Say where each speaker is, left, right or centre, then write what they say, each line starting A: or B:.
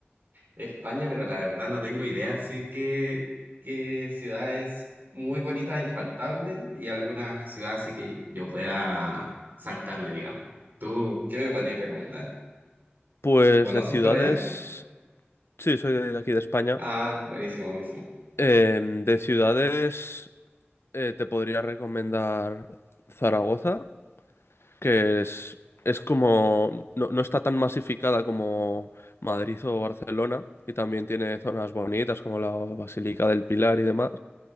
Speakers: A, on the right; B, on the left.
A: España, pero la verdad no tengo idea, así que qué ciudades muy bonitas, infaltables, y algunas ciudades así que yo pueda saltarme, digamos. ¿Tú qué me podrías recomendar?
B: Pues
A: ¿Conoces
B: de ciudades,
A: por allá?
B: sí, soy de aquí de España.
A: Ah, buenísimo, buenísimo.
B: Em, de ciudades eh, te podría recomendar Zaragoza, que es, es como, no, no está tan masificada como Madrid o Barcelona, y también tiene zonas bonitas como la Basílica del Pilar y demás.